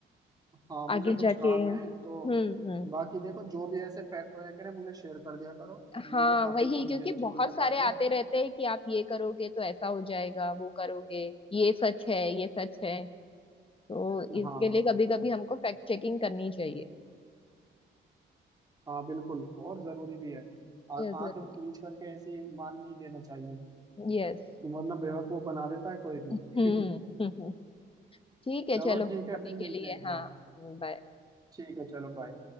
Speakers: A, on the right; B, on the left.
A: हाँ मुझे
B: आगे
A: कुछ
B: जाके
A: काम
B: हम्म
A: है तो
B: हम्म
A: बाकी देखो जो भी ऐसे फैक्ट होया करे मुझे शेयर कर दिया करो मुझे
B: हाँ
A: काफी
B: वही
A: नॉलेज
B: क्योंकि
A: है इन चीजों
B: बहुत
A: के
B: सारे
A: बारे में
B: आते रहते हैं कि आप ये करोगे तो ऐसा हो जाएगा वो करोगे ये सच है ये सच है तो
A: हाँ
B: इसके
A: हाँ
B: लिए कभी कभी हमको फैक्ट चेकिंग करनी चाहिए
A: हाँ बिल्कुल और जरूरी भी है आ-
B: ये जरूरी
A: आंख नीच करके ऐसी मान नहीं लेना चाहिए
B: यस
A: वरना बेवकूफ बना देता है कोई भी
B: हम्म
A: <laughs>
B: <laughs> ठीक है
A: चलो
B: चलो
A: ठीक है
B: अभी
A: फिर
B: के
A: मिलते
B: लिए
A: हैं हाँ
B: हाँ बाय
A: ठीक है चलो बाय